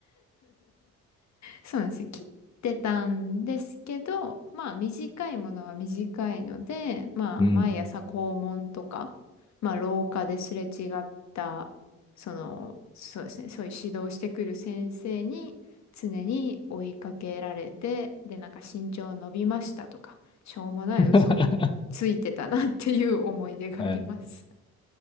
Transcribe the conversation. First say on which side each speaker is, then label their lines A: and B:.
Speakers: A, on the left; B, on the left.
A: そうなんですよ。切ってたんですけど、まあ短いものは短いので、まあ毎朝校門とか、
B: うん。
A: まあ廊下ですれ違った、その、そうですね、そういう指導してくる先生に常に追いかけられて、で、なんか身長伸びましたとか、しょうもない嘘をついてたなっていう思い出があります。
B: <laughs> はい。